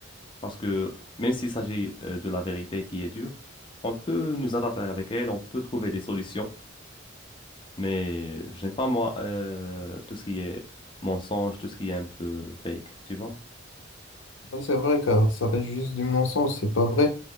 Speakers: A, on the left; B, on the left.
A: Parce que même s'il s'agit euh, de la vérité qui est dure, on peut nous adapter avec elle, on peut trouver des solutions. Mais j'aime pas, moi, euh, tout ce qui est mensonge, tout ce qui est un peu fake, tu vois?
B: Ouais, C'est vrai, car ça reste juste du mensonge, c'est pas vrai.